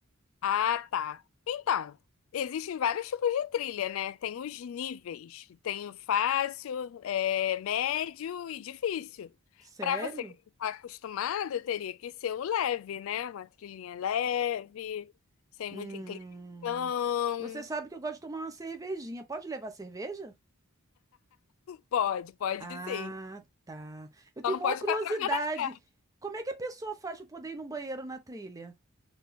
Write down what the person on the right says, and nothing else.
Sério?
Hum.
Você sabe que eu gosto de tomar uma cervejinha. Pode levar cerveja?
Ah,
tá. Eu tenho
maior
curiosidade.
Como é que a pessoa faz para poder ir no banheiro na trilha?